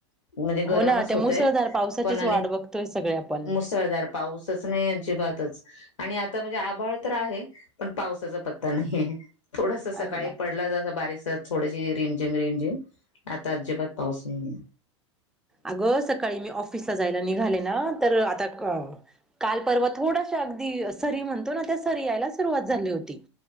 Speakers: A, on the left; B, in the centre.
A: म्हणजे गरमच
B: हो ना त्या
A: होतय
B: मुसळधार पावसाचीच
A: पण आणि
B: वाट बघतोय सगळे आपण.
A: मुसळधार पाऊसच नाही अजिबातच आणि आता म्हणजे आभाळ तर आहे पण पावसाचा पत्ता नाही आहे थोडस सकाळी
B: अरे बापरे!
A: पडलं जसं बारीकस थोडीशी रिमझिम रिम झिम आता अजिबात पाऊस नाहीेय
B: अगं सकाळी मी ऑफिसला जायला निघाले ना तर आताक काल परवा थोडाश अगदी सरी म्हणतो ना त्या सरी यायला सुरुवात झाली होती